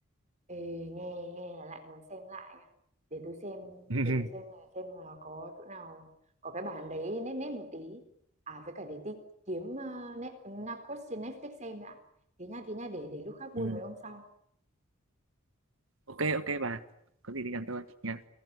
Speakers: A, on the right; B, on the right.
A: Ê, nghe nghe là lại muốn xem lại nha. Để tôi xem
B: <laughs>
A: để tôi xem là xem là có chỗ nào có cái bản đấy nét nét một tí. À với cả để tí kiếm uh, net, Narcos trên Netflix xem đã. Thế nha thế nha để để lúc khác buôn
B: ừ.
A: với ông sau.
B: ok ok bà có gì thì nhắn tôi nha